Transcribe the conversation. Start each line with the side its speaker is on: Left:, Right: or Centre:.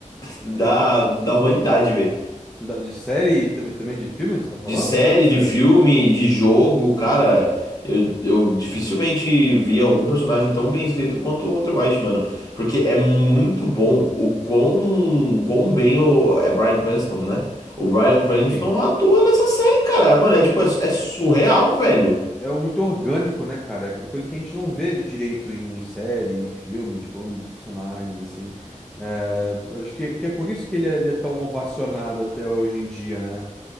Left: da, da humanidade, velho.
Centre: Da- de série e também, também de filme, você tá falando
Left: De série,
Centre: ou só de série?
Left: de filme, de jogo, cara, eu, eu dificilmente vi algum personagem tão bem escrito quanto o Walter White, mano. Porque é muito bom o quão, quão bem o. É Bryan Cranston, né? O Bryan Cranston
Centre: Sim.
Left: atua nessa série, cara. Mano,
Centre: É
Left: é
Centre: um.
Left: tipo, é, é surreal, velho.
Centre: é o muito orgânico, né, cara? É Uma coisa que a gente não vê direito em série, em filme, tipo, nos personagens, assim. É, acho que, que é por isso que ele é, ele é tão ovacionado até hoje em dia, né?